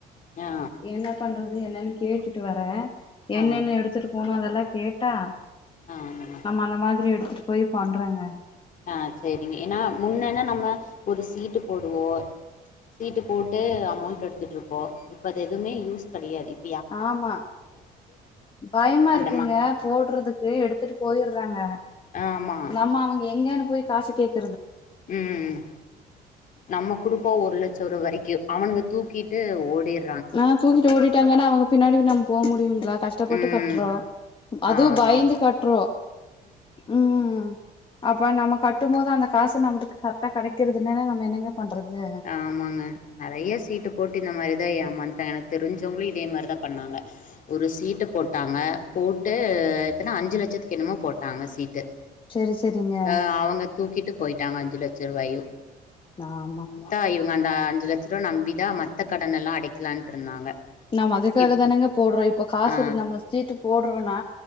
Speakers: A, on the left (about 50°); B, on the left (about 30°).
A: ஆ
B: என்ன பண்றது அது என்னன்னு கேட்டுட்டு வர்றே
A: ஆ
B: என்னென்ன எடுத்துட்டு போனு அதெல்லா கேட்டா
A: ஆ ஆமாங்க
B: நம்ம அந்த மாதிரி எடுத்துட்டு போய் பண்றேங்க
A: ஆ செரிங்க ஏன்னா முன்னன்ன நம்ம ஒரு சீட்டு போடுவோ சீட்டு போட்டு அமௌண்ட் எடுத்துட்டு இருப்போ இப்ப அது எதுவுமே யூஸ் கெடயாது இப்
B: ஆமா பயமா
A: அந்தமா
B: இருக்குங்க போடுறதுக்கு எடுத்துட்டு போயிறாங்க
A: ஆமா
B: நம்ம அவங்க எங்கன்னு போய் காசு கேக்
A: ம் ம் நம்ம குடுப்போ ஒரு லட்சோ ரூவா வரைக் கு அவனுங்க தூக்கிட்டு ஓடிர்
B: ஆ தூக்கிட்டு ஓடிட்டாங்கன்னா அவங்க பின்னாடி நம்ம போக முடியுங்களா கஷ்டப்பட்டு
A: ம்
B: கட்டுறோ அதுவு
A: ஆமா.
B: பயந்து கட்டுறோ ம் அப்ப நம்ம கட்டும் போது அந்த காசு நம்மளுக்கு கரெக்டா கெடைக்கிறது இல்லனா நம்ம என்னங்க பண்றது
A: ஆமாங்க நெறயா சீட்டு போட்டு இந்த மாரி தா ஏமாந்துடேங்க எனக்கு தெரிஞ்சவுங்களு இதே மாறிதா பண்ணாங்க ஒரு சீட்ட போட்டாங்க போட்டு எத்தன அஞ்சி லட்சத்துக்கு என்னமோ போட்டாங்க சீட்டு
B: சரி சரிங்க
A: ஆ அவங்க தூக்கிட்டு போயிட்டாங்க அஞ்சி லச் சிறுவயு
B: ஆமாமா
A: இப்ப இவுங்க அந்த அஞ்சு லட்சுருவ நம்பிதா மத்த கடனெல்லா அடைக்கலான்ட்ருந்தாங்க
B: நம்ம அதுக்காக
A: இப்
B: தானேங்க போடுறோ இப்ப காசு
A: ஆ.
B: நம்ம சீட்டு போடுறோனா